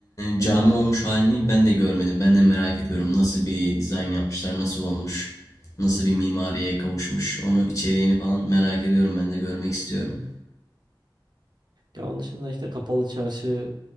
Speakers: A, on the left; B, on the right.
A: cami olmuş halini ben de görmedim. Ben de merak ediyorum nasıl bir dizayn yapmışlar, nasıl olmuş, nasıl bir mimariye kavuşmuş. Onu içeriğini falan merak ediyorum. Ben de görmek istiyorum.
B: Ya onun dışında işte kapalı çarşı